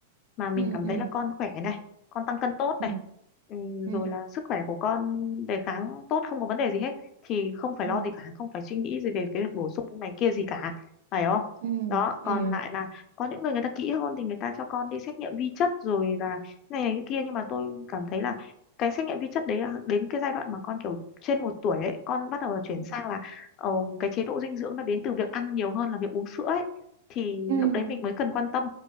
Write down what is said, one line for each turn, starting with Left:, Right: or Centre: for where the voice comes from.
Left: mà mình
Right: ừ
Left: cảm
Right: ừ
Left: thấy là con khỏe này con tăng cân tốt
Right: ừ
Left: này ừ,
Right: ừ
Left: rồi là sức khỏe của con đề kháng tốt không có vấn đề gì hết thì không phải
Right: ừ
Left: lo gì cả không phải suy nghĩ gì về cái việc bổ sung này kia gì cả phải không
Right: ừ
Left: đó
Right: ừ
Left: còn lại là có những người người ta kỹ hơn thì người ta cho con đi xét nghiệm vi chất rồi là này này cái kia nhưng mà tôi cảm thấy là cái xét nghiệm vi chất đấy là đến cái giai đoạn mà con kiểu trên một tuổi ấy con bắt đầu là chuyển
Right: ừ
Left: sang là ờ, cái chế độ dinh dưỡng nó đến từ việc ăn nhiều hơn là việc uống sữa ấy thì
Right: Ừ,
Left: lúc đấy mình mới cần quan tâm